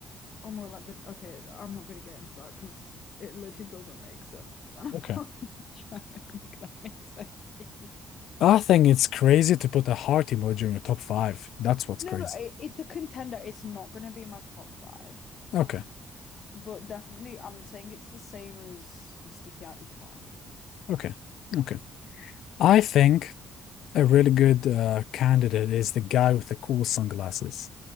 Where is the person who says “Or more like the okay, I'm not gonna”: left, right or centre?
Left